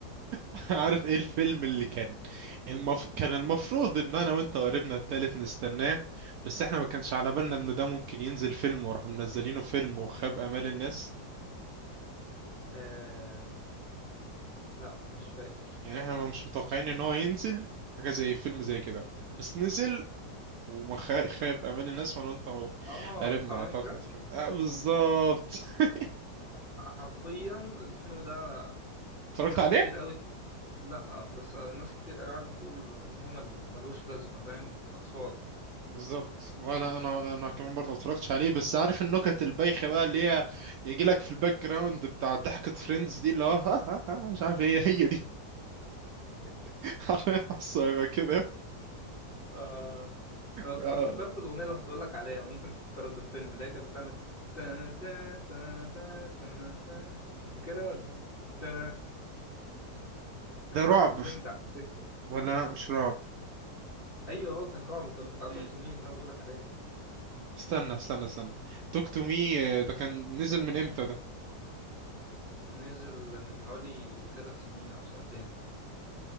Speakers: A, on the right; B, on the left.
A: <laughs> عارف ايه الفيلم اللي كان المف... كان المفروض ان انا وانت وقريبنا التالت نستناه بس احنا ما كانش على بالنا انه ده ممكن ينزل فيلم وراح منزلينه فيلم وخاب امال الناس
B: آه لا مش فاكر
A: يعني احنا مش متوقعين ان هو ينزل حاجة زي فيلم
B: مم.
A: زي كده بس نزل وما خا- خاب امال الناس وانا وانت
B: اه
A: قريبنا
B: بتاع
A: اعتقد
B: ماينكرافت
A: اتفرجت- آه بالظبط <laughs>
B: ح- حرفيا الفيلم ده
A: اتفرجت
B: ناس
A: عليه
B: كتير قوي لا بس ناس كتير قوي قعدت تقول ان هو مل- ملهوش لازمه فاهم اطفال
A: بالظبط ولا انا انا كمان برضه ما اتفرجتش عليه بس عارف النكت البايخه بقى اللي هي يجي لك في الباك جراوند بتاع ضحكه فريندز دي اللي هو ها ها ها مش عارف هي هي دي <laughs> حرفيا على كده
B: آه انا
A: آه.
B: افتكرت الاغنيه اللي كنت لك عليها ممكن تفكرك بالفيلم اللي هي كانت بتعمل تا تا تا تا تا تا فاكرها ولا تا كانت
A: ده
B: طالعه
A: رعب
B: ترند على تيك توك
A: ولا لا مش رعب
B: ايوه هو كان رعب وكان بتاع
A: مم.
B: توك تو مي اللي انا بقول لك عليه
A: استنى استنى استنى توك تو مي ده كان نزل من امتى ده
B: نزل من حوالي ثلاث سنين او سنتين